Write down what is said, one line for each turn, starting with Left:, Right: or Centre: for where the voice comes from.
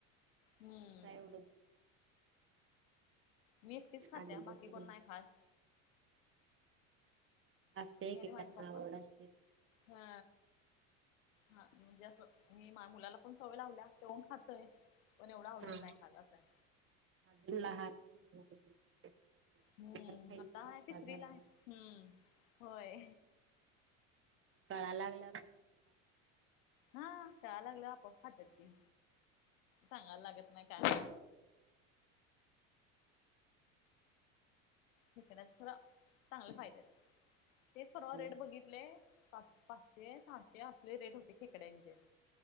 Left: हम्म
Right: काय येवढ
Left: मी एकटीच खात्या
Right: अंडी
Left: बाकी
Right: तेन
Left: कोण नाय खात.
Right: असते
Left: मी
Right: एकेकांना
Left: आणि माझे पप्पा
Right: आवड असते त्याची
Left: हा हा म्हणजे अस मी माया मुलाला पण सवय लावल्या त्योन खातोय पण एवढं आवडीन
Right: हा
Left: नाय खात असंय.
Right: अजून लहाने म्हणल्यावर नंतर
Left: हम्म
Right: खाईल
Left: आता
Right: कि मोठ्ठा
Left: आहे तिसरीला
Right: झाल्यावर
Left: आहे हम्म. होय
Right: कळा लागल्यावर <unintelligible>
Left: हा कळाय लागल्याव आपोआप खात्यात ती सांगाय लागत नाही काय नाय <unintelligible> चांगले फायदे आहेत. तेच
Right: होय
Left: परवा
Right: होय
Left: रेट बघित ले पा पाचशे सहाशे असले रेट होते खेकड्यांचे.